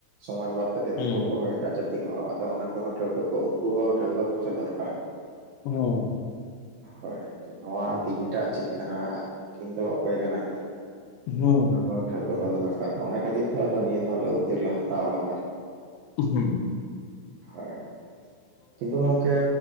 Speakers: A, on the right (about 70°); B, on the left (about 80°).
A: ᱥᱚᱢᱟᱡ ᱵᱟᱫ ᱠᱟᱛᱮ
B: ᱦᱩᱸ
A: ᱫᱤᱠᱩ ᱠᱚᱦᱚᱸ ᱮᱴᱟᱜ ᱡᱟᱹᱛᱤ ᱜᱟᱛᱮ ᱠᱚᱦᱚᱸ ᱟᱫᱚ ᱚᱱᱟ ᱠᱚᱦᱚᱸ ᱴᱷᱟᱹᱣᱠᱟᱹ ᱩᱱᱠᱩ ᱦᱚᱸ ᱴᱷᱟᱹᱣᱠᱟᱹ ᱯᱩᱭᱥᱟ ᱫᱚᱨᱠᱟᱨ᱾
B: ᱦᱩᱸ᱾
A: ᱦᱚᱭ ᱱᱚᱣᱟ ᱫᱤᱱᱴᱟᱜ ᱪᱮᱫ ᱠᱟᱱᱟ ᱟᱨ ᱱᱩᱠᱤᱱ ᱫᱚ ᱚᱠᱚᱭ ᱠᱟᱱᱟ ᱠᱤᱱ᱾
B: ᱦᱩᱸ᱾
A: ᱴᱷᱟᱹᱣᱠᱟ ᱚᱫᱚ ᱫᱚᱨ ᱠᱟᱨ ᱚᱱᱟ ᱠᱷᱟᱹᱛᱤᱨ ᱛᱮ ᱟᱫ ᱱᱤᱭᱟᱹᱫᱷᱟᱣᱞᱮ ᱩᱫᱽᱫᱮᱜ ᱞᱮ ᱦᱟᱛᱟᱣ ᱟᱠᱟᱫᱟ ᱟᱨᱠᱤ᱾
B: ᱩᱦᱩᱸ᱾
A: ᱦᱚᱭ᱾ ᱠᱤᱱᱛᱩ ᱜᱚᱢᱠᱮ